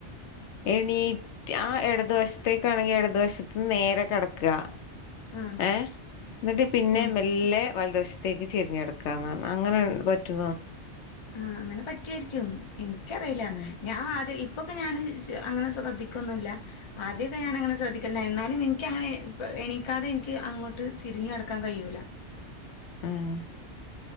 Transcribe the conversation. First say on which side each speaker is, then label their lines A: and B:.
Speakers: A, on the left; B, on the left.
A: എണീറ്റ് ആ എടതു വശത്തേക്കാണെങ്കി എടതു വശത്ത് നേരെ കെടക്കാ
B: ആഹ്
A: ഏഹ് ന്നിട്ട് പിന്നെ
B: ഉം
A: മെല്ലെ വലദത് വശത്തേക്ക് ചെരിഞ്ഞ് കെടക്കാന്നർഞ്ഞ് അങ്ങനെ പറ്റു
B: ആ അങ്ങനെ പറ്റ്വായ്രിക്കും ഇൻക്കറിയില്ല
A: ഉം
B: ഞാൻ അത് ഇപ്പൊക്കെ ഞാന് ശ് അങ്ങനെ ശ്രദ്ധിക്കൊന്നുല്ല ആദ്യമൊക്കെ ഞാന അങ്ങനെ ശ്രധിക്കില്ലായി എന്നാലുംനി എങ്ങനെ എനിക്കാതെ എനിക്ക് അങ്ങോട്ട് തിരിടക്കാൻ കഴിയല്ല
A: ഉം